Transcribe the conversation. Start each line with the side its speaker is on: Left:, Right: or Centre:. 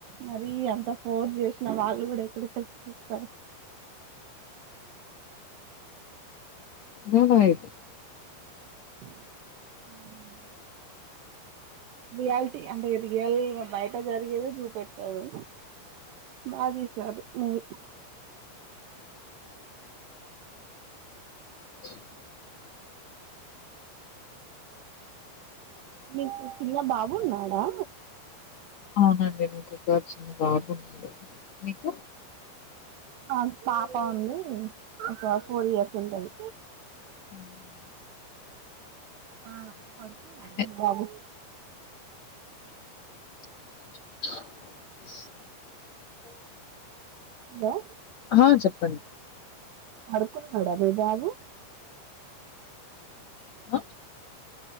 Right: మరీ అంత ఫోర్స్ చేసిన వాళ్ళు కూడా ఎక్కడికెళ్ళి పోతారు
Left: నా నాయ
Right: <inaudible> రియాలిటీ అంటే రియల్ బయట జరిగేదె చూపెడతారు బా తీసారు మూవీ
Left: <inaudible>
Right: నీకు చిన్న బాబున్నాడా
Left: అవునండి నాకు ఒక చిన్న బాబున్నాడు మీకు
Right: నాకు పాప ఉంది ఒక ఫోర్ ఇయర్స్ ఉంటది
Left: <inaudible>
Right: ఆ పడుకున్నాడా
Left: ఎ
Right: మీ బాబు
Left: <inaudible>
Right: హలో
Left: ఆ చెప్పండి
Right: పడుకున్నాడా మీ బాబు
Left: హ